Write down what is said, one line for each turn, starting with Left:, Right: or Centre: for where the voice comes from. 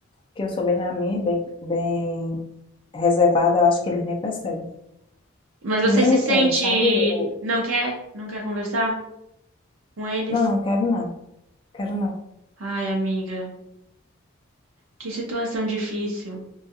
Left: que eu sou bem na minha, bem, bem reservada, eu acho que eles nem percebem.
Right: Mas você
Left: E nem
Right: se
Left: eu
Right: sente
Left: quero, sabe? Eu,
Right: não quer, não quer conversar com eles?
Left: não, quero não, quero não.
Right: Ai, amiga, que situação difícil.